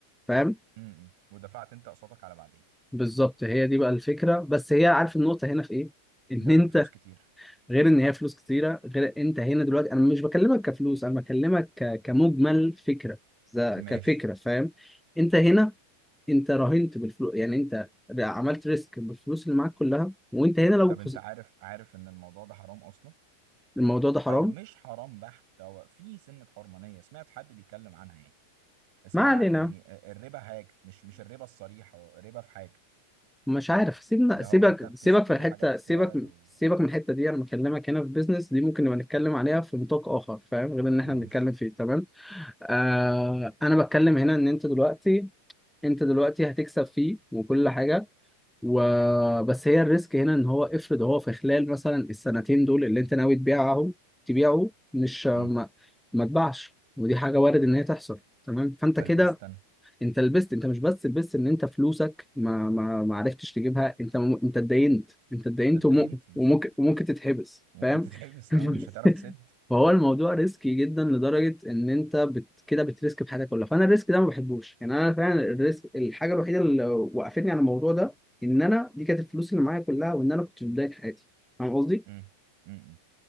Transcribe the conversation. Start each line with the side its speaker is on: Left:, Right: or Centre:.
Centre: فاهم
Right: امم ودفعت انت قسطك على بعدين
Centre: بالظبط هي دي بقى الفكره بس هي عارف النقطه هنا في ايه ان
Right: برضه
Centre: انت
Right: فلوس كتير
Centre: غير ان هي فلوس كتيره غير انت هنا دلوقتي انا مش بكلمك كفلوس انا بكلمك ك... كمجمل فكره ز- كفكره
Right: ماشي
Centre: فاهم انت هنا انت راهنت بالفلوس يعني انت عملت ريسك بالفلوس اللي معاك كلها وانت هنا لو
Right: طب
Centre: خس...
Right: انت عارف عارف ان الموضوع ده حرام اصلا
Centre: الموضوع ده حرام
Right: او مش حرام بحت هو في سنة حرمانية سمعت حد بيتكلم عنها يعني اسمها
Centre: ما علينا
Right: يعني الربا حاجة مش مش الربا الصريح هو ربا في حاجة
Centre: مش عارف سيبنا
Right: اللي
Centre: سيبك
Right: هو انت بتشتري
Centre: سيبك في الحته
Right: حاجة بسعر
Centre: سيبك
Right: و...
Centre: سيبك من الحته دي انا بكلمك هنا في بيزنس دي ممكن نبقى نتكلم عليها في نطاق اخر فاهم غير ان احنا
Right: ماشي
Centre: بنتكلم فيه تمام آه انا بتكلم هنا ان انت دلوقتي انت دلوقتي هتكسب فيه وكل حاجه وبس هي الريسك هنا ان هو افرض هو في خلال مثلا السنتين دول اللي انت ناوي تبيعهم تبيعه مش ما,
Right: امم
Centre: ما تباعش ودي حاجه وارد ان هي تحصل تمام فانت
Right: فلبست
Centre: كده
Right: انا
Centre: انت لبست انت مش بس لبست ان انت فلوسك ما ما ما عرفتش تجيبها انت م... انت اتدينت انت اتدينت
Right: انت اتدينت
Centre: وم...
Right: بالظبط
Centre: وممكن وممكن تتحبس
Right: ممكن
Centre: فاهم
Right: تتحبس
Centre: <laughs>
Right: اه مش هتعرف تسد
Centre: فهو الموضوع ريسكي جدا لدرجه ان انت بت... كده بتريسك بحياتك كلها فانا الريسك ده ما بحبوش يعني انا فعلا الريسك الحاجه الوحيده اللي وقفتني على الموضوع ده ان انا دي كانت الفلوس اللي معايا كلها وان انا كنت في بدايه حياتي فاهم قصدي
Right: امم امم